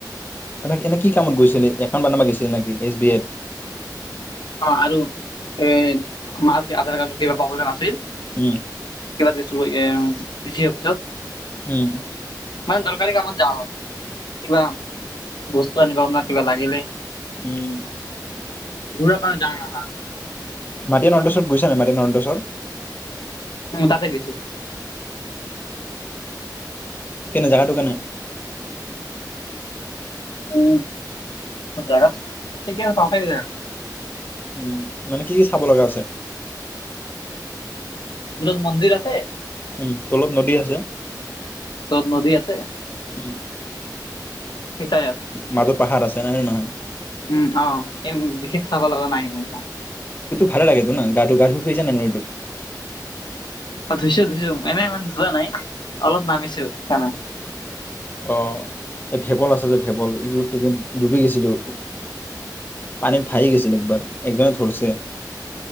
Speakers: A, on the left (about 25°); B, on the left (about 80°).
A: কি এনে কি কামত গৈছিলে এখন বনাবা গৈছিল নেকি এছ বি আইত?
B: অ', আৰু এ মাৰ আধাৰ কাৰ্ড কিবা পাবলৈ ন' আছিল।
A: উম
B: একেবাৰে <unintelligible> বেছি অফিচত
A: উম।
B: মান দৰকাৰী কামত যান হয়। কিবা বস্তু আনিবা আপোনাৰ কিবা লাগিলে। ঘৰা
A: উম
B: কাৰণ য ন হা
A: মাটি নন্দচৰত গৈছা নাই মাটি নডছৰ?
B: উ, তাতে কিছু
A: কেনে জাগাটো কেনে?
B: উম, জোগাত ঠিকেই আ ভাফ জো
A: উম, মানে কি কি চাব লগা আছে?
B: আমৰত মন্দিৰ আছে।
A: উম তলত নদী আছে।
B: ত'ত নদী আছে।
A: উম।
B: সটাই আৰু
A: মাজত পাহাৰ আছে নহয়, নহয়।
B: উম, অ', এই বিশেষ চাব লগা নাই ম গম পাওঁ।
A: ভাল লাগে তো ন গা গা পিছা ন' নটো
B: অ', ধুইছো মনেই ইমান ধোৱা নাই অলপ নামিছো সকাৰণে।
A: অ', এই ভেবল আছে যে ভেবল এইটো এই ডুবি গৈছিলো। পানীত ভাইি গৈছিল একবাৰ একজনে ধৰছে।